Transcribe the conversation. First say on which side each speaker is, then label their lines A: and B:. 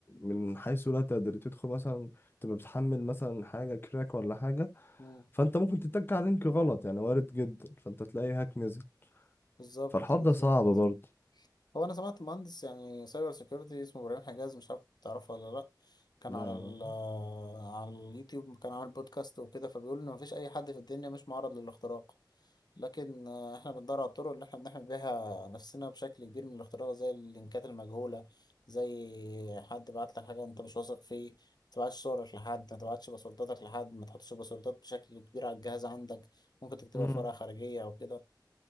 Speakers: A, on the left; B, on the left.
A: من حيث لا تدري تدخل مثلا تبقى بتحمل مثلا حاجه كراك ولا حاجه
B: مم.
A: فانت ممكن تتك على لينك غلط يعني وارد جدا فانت تلاقي هاك نزل
B: بالظبط
A: فالحوار
B: بالظبط
A: ده صعب برضه
B: هو أنا سمعت مهندس يعني سايبر سيكيورتي اسمه إبراهيم حجاز مش عارف تعرفه ولا لأ كان
A: لا
B: على ال آه، على اليوتيوب كان عامل بودكاست وكده فبيقول إن مفيش أي حد في الدنيا مش معرض للاختراق لكن آه، احنا بندور على الطرق اللي احنا بنحمي بيها نفسنا بشكل كبير من الاختراق زي اللينكات المجهولة زي حد بعت لك حاجة انت مش واثق فيه ما تبعتش صورك لحد ما تبعتش باسورداتك لحد ما تحطش باسوردات بشكل كبير على الجهاز عندك ممكن تكتبها
A: مم.
B: في ورقة خارجية او كده